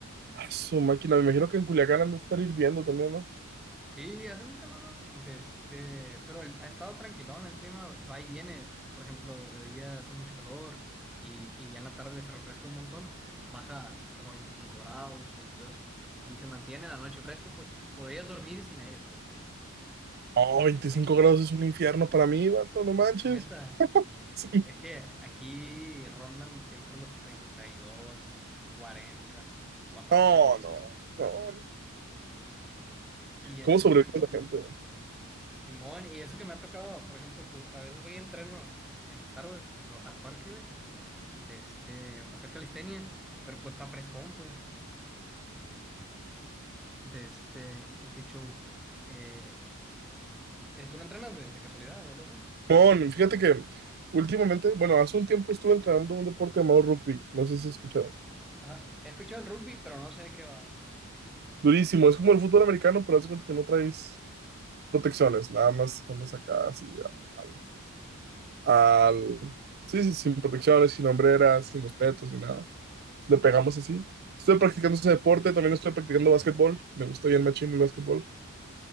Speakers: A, on the right; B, in the centre.
A: a su máquina. Me imagino que en Culiacán han de estar hirviendo también, ¿no?
B: Sí, hace un calor, de este, pero el- ha estado tranquilón, el clima va y viene. Por ejemplo, de día hace mucho calor y, y ya en la tarde se refresca un montón, baja como 25 grados, veintidós y se mantiene la noche fresco, pues podrías dormir sin aire, pues.
A: Oh, 25 grados es un infierno para mí, vato, no manches.
B: Neta.
A: <laughs> Sí,
B: Es que aquí rondan siempre los 32, 40 cuando
A: no,
B: hace calor,
A: no,
B: pues.
A: no. no.
B: Y así,
A: ¿Cómo sobrevive
B: viejo.
A: la gente?
B: Simón, y eso que me ha tocado, por ejemplo, pues, a veces voy a entreno en las tardes lo- al parque, güey, de este, a hacer calistenia, pero pues está frescón, pues, de este, y qué show. Eh, eh, ¿tú no entrenas, güey, de casualidad o algo así?
A: No, fíjate que últimamente, bueno, hace un tiempo estuve entrenando un deporte llamado rugby, no sé si has escuchado.
B: Ajá, he escuchado el rugby, pero no sé de qué va.
A: Durísimo, es como el fútbol americano, pero haz de cuenta que no traes protecciones, nada más andas acá así a- al... Sí, sí, sin protecciones, sin hombreras, sin los petos, ni nada. Entonces, le pegamos así. Estoy practicando ese deporte, también estoy practicando básquetbol. Me gusta bien machín el básquetbol.